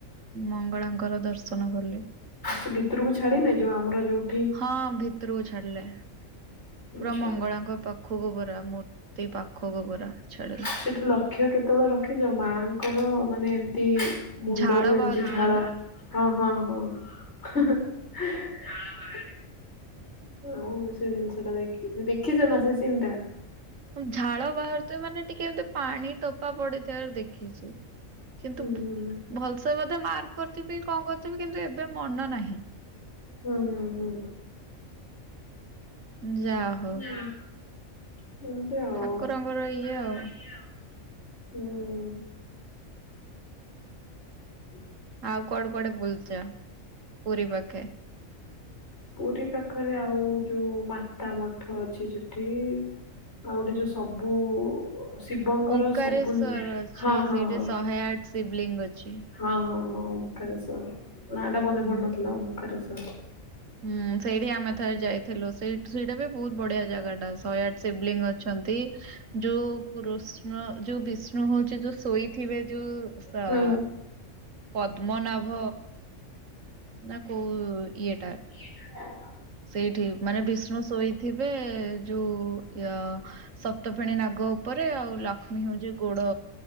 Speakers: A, on the right; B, on the left.
A: ମଙ୍ଗଳାଙ୍କର ଦର୍ଶନ କଲି।
B: ସେ ଭିତରକୁ ଛାଡିଲେ ଯୋଉ ଆମର ଯୋଉ
A: ହଁ ଭିତରକୁ ଛାଡିଲେ। ପୁରା
B: ଆଚ୍ଛା
A: ମଙ୍ଗଳାଙ୍କ ପାଖ ଖୁକୁ ପୁରା ମୂର୍ତ୍ତି ପାଖକୁ। ପୁରା ଛାଡିଲେ
B: ସେଠି ଲକ୍ଷ୍ୟ କେତେବେଳେ ରଖିଚ ମାଙ୍କର ମାନେ ଏମତି ମୁଣ୍ଡରୁ
A: ଝାଳ
B: ଏମତି
A: ବାହାରୁଥିବ
B: ଝାଳ
A: ନା
B: ହଁ ହଁ ହଁ। ଝାଳ ବହାରେ। ଆଉ ସେ ଜିନିଷ ଟା ଦେଖି-ଦେଖିଚ ନା ସେ ସିନ ଟା?
A: ଝାଳ ବାହାରୁଥିବେ ମାନେ ଟିକେ ଏମତି ପାଣି ଟୋପା ପଡିଥିବାର ଦେଖିଚି। କିନ୍ତୁ
B: ହୁଁ ହୁଁ
A: ଭଲସେ ବୋଧେ ମାର୍କ କରିଥିବି କଣ କରିଥିବି କିନ୍ତୁ ଏବେ ମନ ନାହିଁ।
B: ହୁଁ ହୁଁ ହୁଁ।
A: ଯାହୋଉ।
B: ଏମିତି ଅଉ।
A: ଠାକୁରଙ୍କର ଇଏ ଆଉ
B: ହୁଁ। ହ
A: ଆଉ କୁଆଡେ କୁଆଡେ ବୁଲଚ ପୁରୀ ପାଖେ?
B: ପୁରୀ ପାଖରେ ଆଉ ଯୋଉ ମାତା ମଠ ଅଛି ସେଠି। ଆଉ ଗୋଟେ ଯୋଉ ସବୁ ଶିବଙ୍କର
A: ଓଙ୍କାରେଶ୍ଵର
B: ସବୁ
A: ଅଛି
B: ହଁ ହଁ।
A: ସେଇଠି
B: ହଁ
A: ଶହେ ଆଠ ଶିବଲିଙ୍ଗ ଅଛି।
B: ହଁ ହଁ ଓମକାରେଶ୍ୱର୍ ନାଁ ଟା ମନେ ପଡୁନଥିଲା
A: ହୁଁ।
B: ଓଁଙ୍କାରେଶ୍ୱର୍।
A: ହୁଁ ସେଇଠି ଆମେ ଥରେ ଯାଇଥିଲୁ ସେଇଟ ସେଇଟା ବି ବହୁତ ବଢିଆ ଜାଗା ଟା ଶହେ ଆଠ ଶିବଲିଙ୍ଗ ଅଛନ୍ତି। ଯୋଉ କୃଷ୍ଣ ଯୋଉ ବିଷ୍ଣୁ ହୋଉଚି ଯୋଉ ଶୋଇଥିବେ ଯୋଉ ସାଆ
B: ହୁଁ
A: ପଦ୍ମନାଭ ନା କୋଉ ଇଏଟା।
B: <inaudible>
A: ସେଇଠି ମାନେ ବିଷ୍ଣୁ ଶୋଇଥିବେ ଯୋଉ ଅ ସପ୍ତ ଫେଣୀ ନାଗ ଉପରେ ଆଉ ଲକ୍ଷ୍ମୀ ହୋଉଚି ଗୋଡ